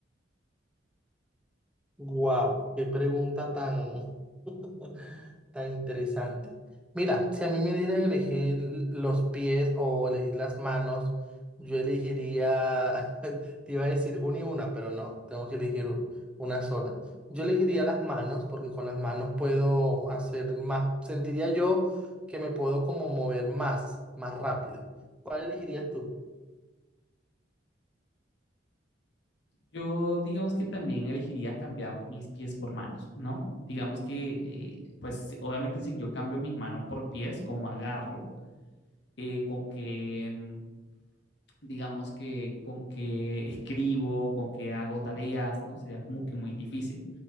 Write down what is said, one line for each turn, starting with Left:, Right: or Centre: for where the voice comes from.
Centre: Wow, qué pregunta tan, <laughs> tan interesante. Mira, si a mí me dieran elegir los pies o elegir las manos, yo elegiría, <laughs> te iba a decir una y una, pero no, tengo que elegir u- una sola. Yo elegiría las manos porque con las manos puedo hacer más, sentiría yo que me puedo como mover más, más rápido. ¿Cuál elegirías tú?
Left: Yo, digamos que también elegiría cambiar mis pies por manos, ¿no? Digamos que, eh, pues, si- obviamente si yo cambio mis manos por pies, como agarro, eh, con que mm, digamos que con que escribo, con que hago tareas, ¿no? Sería como que muy difícil.